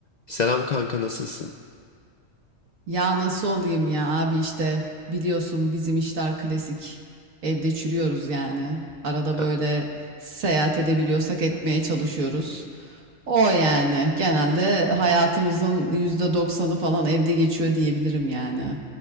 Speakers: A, on the left; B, on the right.
A: Selam kanka nasılsın?
B: Ya nasıl olayım ya abi işte biliyorsun bizim işler klasik. Evde çürüyoruz yani. Arada
A: Ya,
B: böyle seyahat edebiliyorsak etmeye çalışıyoruz. O yani genelde hayatımızın yüzde doksanı falan evde geçiyor diyebilirim yani.